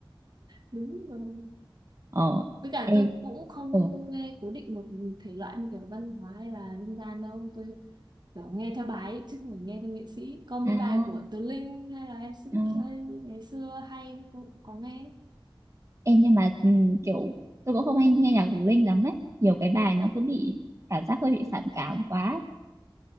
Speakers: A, on the right (about 55°); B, on the right (about 35°).
A: Đúng rồi.
B: ờ
A: Với cả
B: ê
A: tôi cũng không
B: ờ
A: nghe cố định một thể loại như kiểu văn hóa hay là dân gian đâu. Tôi kiểu nghe theo bài ấy, chứ không phải nghe theo nghệ sĩ. Có mấy
B: à,
A: bài của Tứ Linh hay là MCK
B: à
A: ngày xưa hay tôi cũng có nghe.
B: ê nhưng mà ừ, kiểu tôi cũng không hay nghe nhạc của Linh lắm đấy nhiều cái bài nó cứ bị cảm giác hơi bị phản cảm quá